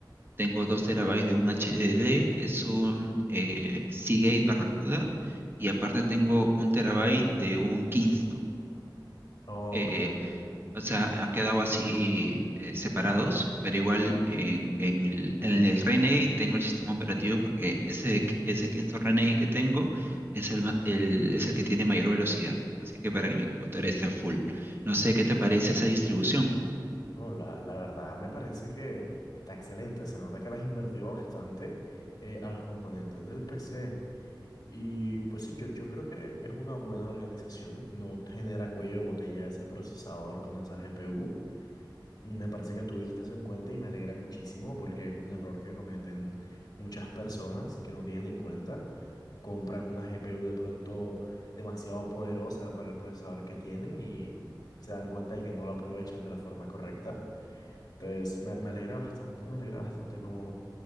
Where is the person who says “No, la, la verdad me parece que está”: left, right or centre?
Left